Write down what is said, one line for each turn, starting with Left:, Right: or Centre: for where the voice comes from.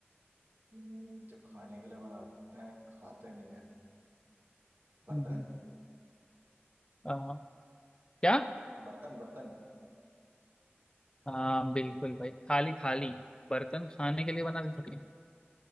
Right: जो खाने के लिए बनाते हैं खाते नहीं है बर्तन
Left: हम्म, आ, क्या
Right: बर्तन बर्तन
Left: हाँ बिल्कुल भाई थाली थाली बर्तन खाने के लिए बनाते थोड़ी है।